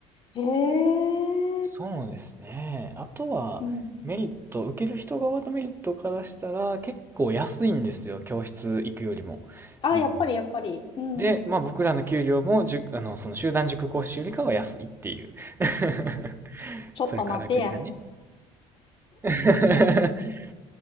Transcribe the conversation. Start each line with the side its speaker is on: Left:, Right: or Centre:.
Left: へえ、
Right: そうですね。あとは、
Left: うん。
Right: メリット、受ける人側のメリットからしたら、結構安いんですよ、教室行くよりも。
Left: あ、
Right: うん、
Left: やっぱりやっぱり。うん。
Right: で、まあ僕らの給料も、じゅ、あの、その集団塾講師よりかは安いっていう。<laughs>
Left: ちょっと待てや。
Right: そういうからくりがね。<laughs>